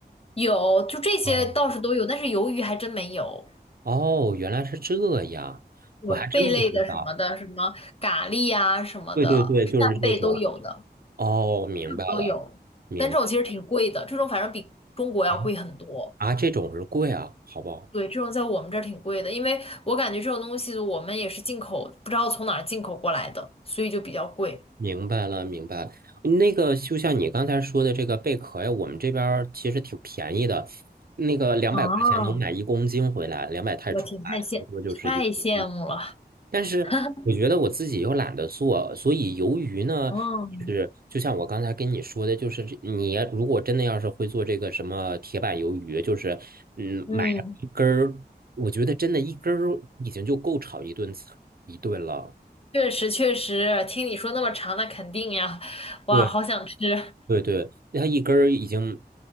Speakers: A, on the left; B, on the right.
A: 有，就这些倒是都有，
B: 哦，
A: 但是鱿鱼还真没有。
B: 哦，原来是这样，
A: 对，
B: 我还真不知道。
A: 贝类的什么的，什么蛤蜊啊什么的，
B: 对对对，就是这种。
A: 扇贝都有的，
B: 哦，明白了，
A: 这种都有。
B: 明白。
A: 但这种其实挺贵的，这种反正比中国要贵很多。
B: 啊。啊，这种是贵啊，好不好？
A: 对，这种在我们这儿挺贵的，因为我感觉这种东西我们也是进口，不知道从哪儿进口过来的，所以就比较贵。
B: 明白了，明白了。那个就像你刚才说的这个贝壳呀，我们这边儿其实挺便宜的，那个两百块钱能买一公斤回来，
A: 啊，
B: 两百泰铢吧，
A: 我挺太羡太羡慕了。
B: 差不多就是一公。但是我觉得我自己又懒得做，
A: <laughs>
B: 所以鱿鱼呢，
A: 嗯
B: 是就像我刚才跟你说的，就是这你如果真的要是会做这个什么铁板鱿鱼，就是嗯，
A: 嗯，
B: 买上一根儿，我觉得真的一根儿已经就够炒一顿菜一顿了。
A: 确实确实，听你说那么长，那肯定呀，哇，
B: 对。
A: 好想吃。
B: 对对，它一根儿已经